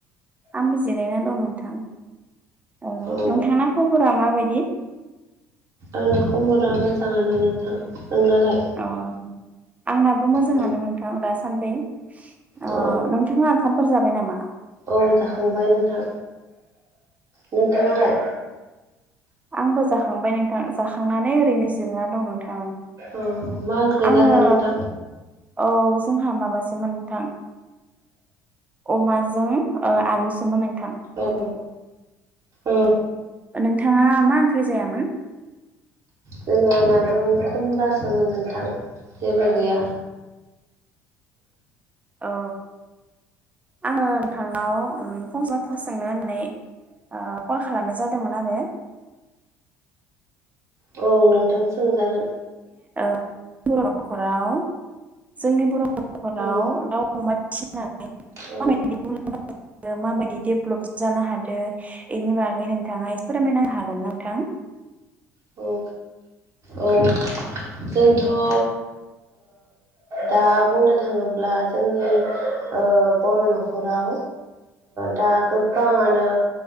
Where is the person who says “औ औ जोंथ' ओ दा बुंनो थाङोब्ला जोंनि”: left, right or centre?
Right